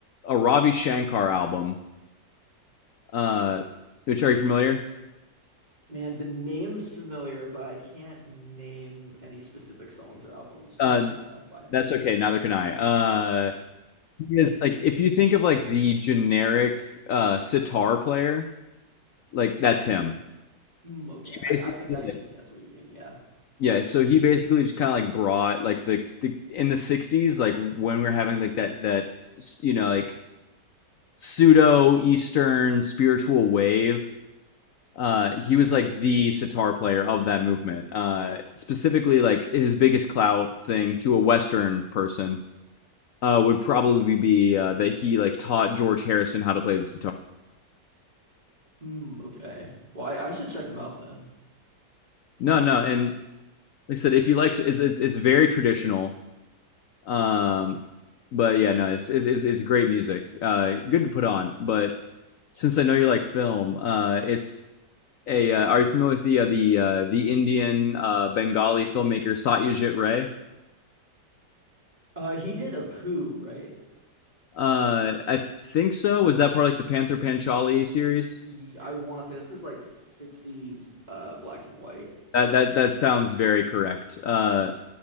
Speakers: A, on the left (about 65°); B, on the right (about 25°).
A: a Ravi Shankar album uh, which are you familiar?
B: Man, the name's familiar, but I can't name any specific songs or albums by
A: Uh,
B: uh by him.
A: that's okay. Neither can I. Uh, he is like if you think of like the generic uh, sitar player, like that's him.
B: Hmm, okay.
A: He
B: I,
A: basically,
B: I think I
A: like,
B: can guess what you mean, yeah.
A: yeah. So he basically just kind of like brought like the, the in the '60s, like when we are having like that that you know like pseudo Eastern spiritual wave. Uh, he was like the sitar player of that movement. Uh, specifically, like his biggest clout thing to a Western person uh, would probably be uh, that he like taught George Harrison how to play the sitar.
B: Hmm, okay. Well, I, I should check him out then.
A: No, no, and like I said, if you like, it's it's, it's very traditional. Um, but yeah, no, it's it's it's, great music. Uh, good to put on. But since I know you like film, uh, it's a. Uh, are you familiar with the uh, the uh, the Indian uh, Bengali filmmaker Satyajit Ray?
B: Uh he did a poo, right?
A: Uh, I think so. Was that part of, like the Panther Panchali series?
B: y- I want to say this is like 60s uh black and white.
A: That that that sounds very correct. Uh,